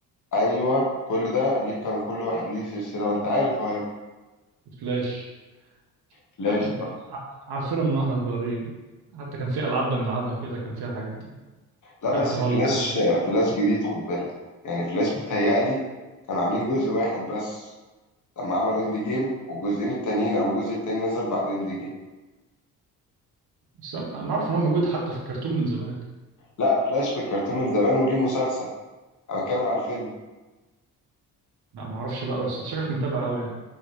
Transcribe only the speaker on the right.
وفلاش
يا عم ع-
عارفينها من واحنا صغيرين حتى كان في ألعاب بنلعبها كده كان فيها الحاجات دي
لعبت
هالك
وال...
بس أنا أنا أعرف إن هو موجود حتى في الكرتون من زمان
لا ما أعرفش بقى بس أنت شكلك متابع أوي يعني